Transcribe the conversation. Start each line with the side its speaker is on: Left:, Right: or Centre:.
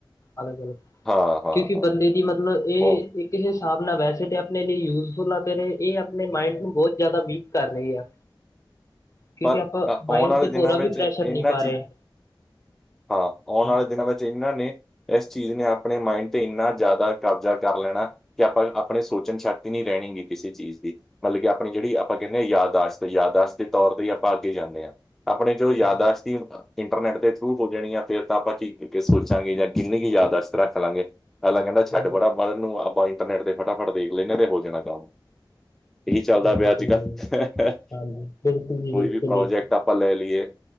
Left: ਅਲੱਗ-ਅਲਗ
Centre: ਹਾਂ ਹਾਂ
Left: ਕਿਉਂਕਿ
Centre: ਹਾਂ
Left: ਬੰਦੇ ਦੀ ਮਤਲਬ ਇਹ
Centre: ਬਹੁਤ
Left: ਇੱਕ ਹਿਸਾਬ ਨਾਲ ਵੈਸੇ ਤੇ, ਆਪ ਆਪਣੇ ਲਈ ਯੂਜਫੁਲ ਆਪੇ ਰਹੇ, ਇਹ ਆਪਣੇ ਮਾਇੰਡ ਨੂੰ ਬਹੁਤ ਜ਼ਿਆਦਾ ਵੀਕ ਕਰ ਰਹੇ ਆ। ਕਿਉਂਕਿ,
Centre: ਪਰ
Left: ਆਪ
Centre: ਅ-
Left: ਮਾਈੰਡ
Centre: ਆਉਣ ਵਾਲੇ
Left: ਤੇ ਪੂਰਾ
Centre: ਦਿਨਾਂ ਵਿੱਚ
Left: ਵੀ ਪ੍ਰੈਸ਼ਰ
Centre: ਇਹਨਾਂ
Left: ਨਹੀਂ ਪਾ
Centre: ਚੀਜ਼ਾਂ
Left: ਰਹੇ।
Centre: ਹਾਂ। ਆਉਣ
Left: ਹਾਂਜੀ
Centre: ਵਾਲੇ ਦਿਨਾਂ ਵਿੱਚ ਇਹਨਾਂ ਨੇ ਇਸ ਚੀਜ਼ ਨੇ ਆਪ ਅਪਣੇ ਮਾਇੰਡ ਤੇ ਇੰਨਾ ਜ਼ਆਦਾ ਕਬਜ਼ਾ ਕਰ ਲੈਣਾ ਕਿ, ਆਪਾਂ ਅਪਣੇ ਸੋਚਣ ਸ਼ਕਤੀ ਨਹੀਂ ਰਹਿਣੀ ਗੀ ਕਿਸੇ ਚੀਜ਼ ਮਲਬ ਕਿ, ਆਪਣੀ ਜਿਹੜੀ ਆਪਾਂ ਕਹਿੰਨੇ ਆਂ ਯਾਦਾਸ਼ਤ ਯਾਦਾਸ਼ਤ ਤੌਰ ਤੇ, ਆਪਾਂ ਅੱਗੇ ਜਾਂਨੇ ਆਂ ਆਪਣੇ ਜੋ ਯਾਦਾਸ਼ਤੀ
Left: ਹਾਂਜੀ
Centre: ''ਇੰਟਰਨੈਟ' ਦੇ ਥ੍ਰੂ ਹੋ ਜਾਣੀ ਆਂ ਫੇਰ ਤਾਂ, ਆਪਾਂ ਕੀ-ਕੀ ਸੋਚਾਂਗੇ, ਜਾਂ ਕਿੰਨੀ ਕੁ ਯਾਦਾਸ਼ਤ ਰੱਖ ਲਾਂਗੇ। ਪਹਿਲਾਂ ਕਹਿੰਦਾ ਛੱਡ
Left: ਹਾਂਜੀ
Centre: ਪੜਾ ਮਗਰ ਨੂੰ, ਆਪਾਂ ਇੰਟਰਨੈੱਟ ਤੇ ਫਟਾਫਟ ਦੇਖ ਲੈਂਨੈ ਤੇ, ਹੋ ਜਾਣਾ ਕੰਮ। ਇਹੀ ਚੱਲਦਾ
Left: ਹਾਂਜੀ,
Centre: ਪਿਆ ਅੱਜ-ਕੱਲ
Left: ਸਹੀ ਹੈ ਜੀ ਹਾਂਜੀ ਬਿਲਕੁਲ ਜੀ
Centre: ਕੋਈ
Left: ਬਿਲਕੁਲ
Centre: ਵੀ ਪ੍ਰੋਜੈਕਟ
Left: ਜੀ
Centre: ਆਪਾਂ ਲੈ ਲੀਏ।